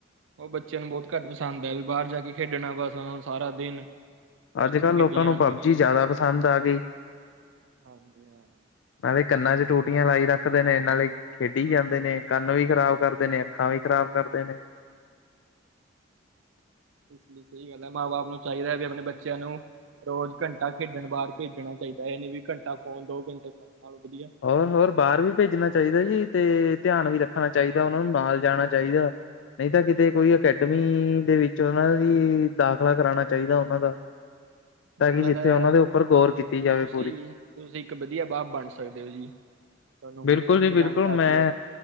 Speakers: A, on the right (about 80°); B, on the left (about 70°).
A: ਉਹ ਬੱਚਿਆਂ ਨੂੰ ਬਹੁਤ ਘੱਟ ਪਸੰਦ ਹੈ ਵੀ ਬਾਹਰ ਜਾ ਕੇ ਖੇਡਣਾ ਬਸ ਉਹ ਨੂੰ ਸਾਰਾ ਦਿਨ
B: ਅੱਜ
A: ਉਸ ਚ
B: ਕੱਲ੍ਹ
A: ਖੇਡੀ
B: ਲੋਕਾਂ
A: ਜਾਣਗੇ
B: ਨੂੰ ਪਬਜੀ
A: ਫੋਨਾਂ
B: ਜ਼ਿਆਦਾ
A: ਚ
B: ਪਸੰਦ ਆ ਗਈ।
A: ਹਾਂਜੀ ਹਾਂ
B: ਨਾਲੇ ਕੰਨਾਂ ਚ ਟੂਟੀਆਂ ਲਾਈ ਰੱਖਦੇ ਨੇ ਨਾਲੇ ਖੇਡੀ ਜਾਂਦੇ ਨੇ ਕੰਨ ਵੀ ਖ਼ਰਾਬ ਕਰਦੇ
A: ਹਾਂਜੀ
B: ਨੇ ਅੱਖਾਂ, ਵੀ ਖਰਾਬ, ਕਰਦੇ ਨੇ।
A: ਇਸ ਲਈ ਸਹੀ ਗੱਲ ਹੈ ਮਾਂ ਬਾਪ ਨੂੰ ਚਾਹੀਦਾ ਵੀ ਆਪਣੇ ਬੱਚਿਆਂ ਨੂੰ ਰੋਜ਼ ਘੰਟਾ ਖੇਡਣ ਬਾਹਰ ਭੇਜਣਾ ਚਾਹੀਦਾ ਇਹਨੇ ਵੀ ਘੰਟਾ ਫੋਨ ਦੋ ਘੰਟੇ ਫੋਨ ਨਾਲ ਵਧੀਆ
B: ਹੋਰ ਹੋਰ ਬਾਹਰ ਵੀ ਭੇਜਣਾ ਚਾਹੀਦਾ ਜੀ ਤੇ ਧਿਆਨ ਵੀ ਰੱਖਣਾ ਚਾਹੀਦਾ ਉਹਨਾ ਨੂੰ ਨਾਲ ਜਾਣਾ ਚਾਹੀਦਾ। ਨਹੀਂ ਤਾਂ ਕਿਤੇ ਕੋਈ ਅਕੈਡਮੀ ਦੇ ਵਿੱਚ ਉਹਨਾਂ ਦੀ ਦਾਖਲਾ ਕਰਾਉਣਾ ਚਾਹੀਦਾ ਉਹਨਾਂ ਦਾ। ਤਾਂ
A: ਮੈਨੂੰ
B: ਕਿ
A: ਲੱਗਦਾ
B: ਜਿੱਥੇ ਉਹਨਾਂ
A: ਹੈ
B: ਦੇ ਉੱਪਰ ਗੌਰ ਕੀਤੀ ਜਾਵੇ
A: ਤੁਸੀਂ
B: ਪੂਰੀ।
A: ਤੁਸੀਂ ਇੱਕ ਵਧੀਆ ਬਾਪ ਬਣ ਸਕਦੇ ਹੋ ਜੀ ਤੁਹਾਨੂੰ ਹੁਣੀ
B: ਬਿਲਕੁਲ
A: ਇੰਨੀ
B: ਜੀ ਬਿਲਕੁਲ
A: ਜਾਣਕਾਰੀ
B: ਮੈਂ
A: ਹੈ।